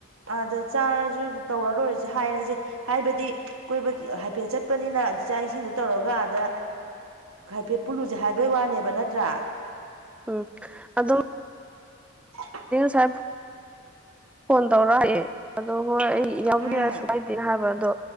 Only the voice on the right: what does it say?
ꯑꯗ ꯆꯥꯔꯁꯨ ꯇꯧꯔ ꯂꯣꯏꯔꯁꯦ ꯍꯥꯏꯔꯁꯦ ꯍꯥꯏꯕꯗꯤ ꯀꯣꯏꯕ ꯍꯥꯏꯐꯦꯠ ꯆꯠꯄꯅꯤꯅ ꯆꯥꯛ ꯏꯁꯤꯡꯗꯨꯣ ꯇꯧꯔꯒꯗ ꯍꯥꯏꯐꯦꯠ ꯄꯨꯜꯂꯨꯁꯦ ꯍꯥꯏꯕꯩ ꯋꯥꯅꯦꯕ ꯅꯠꯇ꯭ꯔꯥ
ꯑ
ꯎꯝ